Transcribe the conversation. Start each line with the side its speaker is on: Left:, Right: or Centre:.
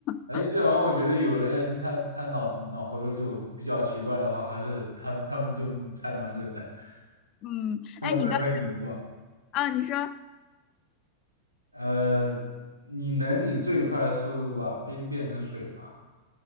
Right: 哎，
Left: <laughs>
Right: 这玩意儿我觉得有的人他他脑脑回路就比较奇怪的话，还是他他们就猜的蛮准的。
Left: 嗯，
Right: <laughs> 那我再问你一个，
Left: 哎，你刚啊，你说
Right: 呃，你能以最快速度把冰变成水吗？